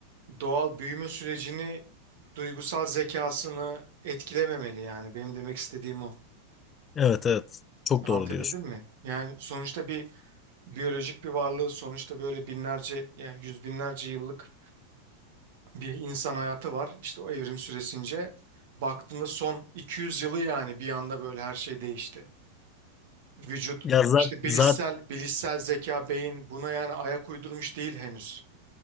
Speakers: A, on the right; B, on the left.
A: doğal büyüme sürecini, duygusal zekasını etkilememeli yani. Benim demek istediğim o.
B: Evet evet çok doğru
A: Anlatabildim
B: diyorsun.
A: mi? Yani sonuçta bir biyolojik bir varlığı sonuçta böyle binlerce yani yüz binlerce yıllık bir insan hayatı var. İşte o evrim süresince baktığında son 200 yılı yani bir anda böyle her şey değişti. Vücut
B: Ya
A: işte
B: zaten
A: bilişsel
B: zaten
A: bilişsel zeka beyin buna yani ayak uydurmuş değil henüz.